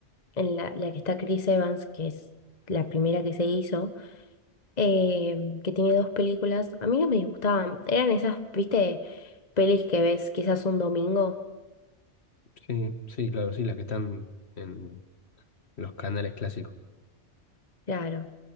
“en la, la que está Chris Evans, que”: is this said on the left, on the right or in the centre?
Left